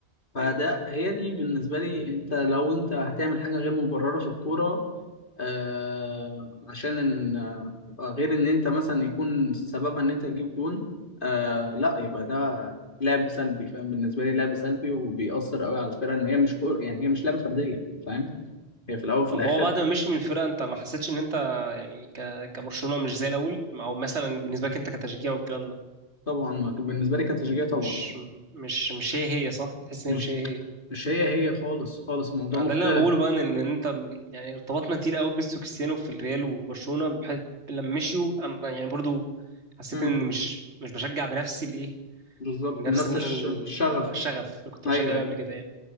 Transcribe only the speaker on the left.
فده
هي دي بالنسبة لي انت لو انت هتعمل حاجة غير مبررة في الكورة آه عشان ان آه غير ان انت مثلا يكون سببها ان انت تجيب جون آه لا يبقى ده لعب سلبي فاهم بالنسبة لي لعب سلبي وبيأثر قوي على الفرقة ان هي مش كورة يعني هي مش لعبة فردية فاهم هي في الاول وفي
الاخر
طبعا بالنسبة لي كتشجيع طبعا
مش
مش هي هي خالص خالص الموضوع
مختلف
امم
بالظبط
من نفس
الش-
الشغف
ايوه
ايوه.